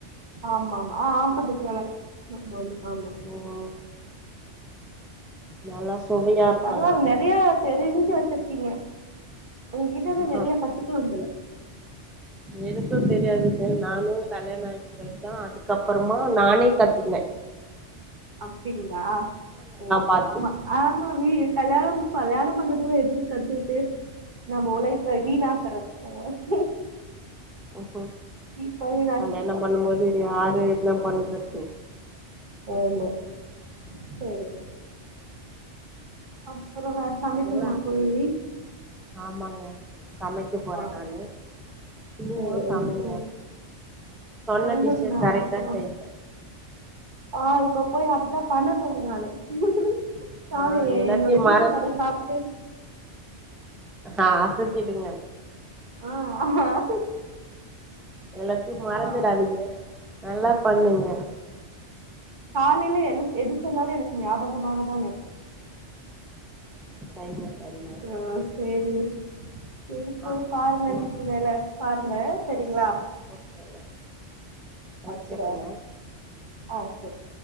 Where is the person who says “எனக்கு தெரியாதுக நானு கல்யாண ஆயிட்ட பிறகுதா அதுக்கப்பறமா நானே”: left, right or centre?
Centre